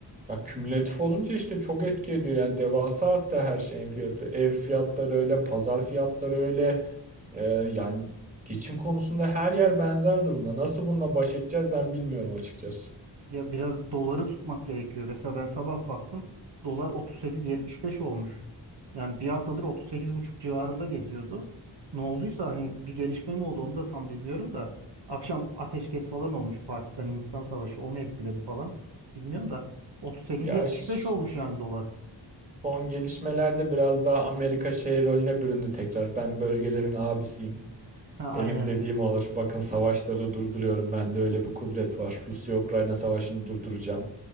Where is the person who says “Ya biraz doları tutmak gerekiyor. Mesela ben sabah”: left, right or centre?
Right